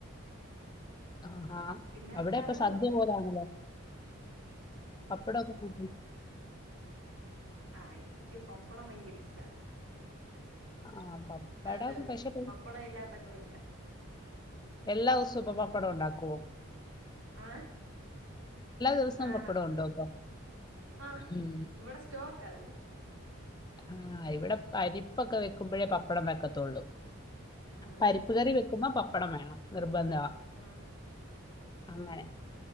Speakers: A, on the left; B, on the right.
A: ആഹാ
B: പിന്നെ
A: അവടെപ്പോ
B: അച്ചാറുകളുണ്ട്
A: സദ്യ പോലാണല്ലോ പപ്പടൊക്കെ കൂട്ടി
B: ആഹ് എനിക്ക് പപ്പടം ഭയങ്കര ഇഷ്ടാ
A: ആഹ് പപ്പടം
B: അതണ്ട്
A: പക്ഷെ
B: പപ്പട ഇല്ലാത്ത കളിയില്ല.
A: എല്ലാം ദിവസോം ഇപ്പ പപ്പടം ഒണ്ടാക്കുവോ
B: ആഹ്
A: ദിവസവും
B: ആഹ്
A: പപ്പടം ഉണ്ടോ ഇപ്പൊ
B: ആഹ്
A: ഉം
B: ഇവടെ സ്റ്റോക്ക് അതിന്റെ
A: ആഹ് ഇവടെ പരിപ്പൊക്കെ വെക്കുമ്പോഴേ പപ്പടം വെക്കത്തോള്ളൂ
B: ആഹ്
A: പരിപ്പ്ക്കറി വെക്കുമ്പോ പപ്പടം വേണം നിർബന്ധവാ
B: ആഹ്
A: അങ്ങനെ